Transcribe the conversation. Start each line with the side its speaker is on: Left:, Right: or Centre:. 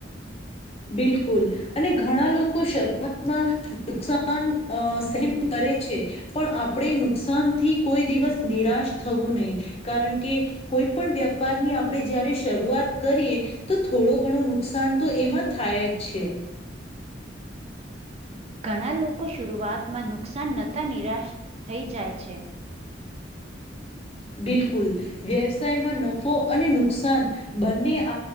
Left: બિલકુલ અને ઘણા લોકો શર. નુકસાન સહન કરે છે. પણ આપણે નુકસાન થી કોઈ દિવસ નિરાશ થવું નહી કારણ કે. કોઈ પણ વ્યાપારની આપણેે જયારે શરૂઆત કરીએ તો થોડો ઘણો નુકસાન તો એમાં. થાય છે.
Right: ઘણા લોકો શરૂઆતમાં નુકસાન નથા નિરાશ થઈ જાય છે.
Left: બિલકુલ. વ્યવસાયમાં નફો અને નુકસાન બંને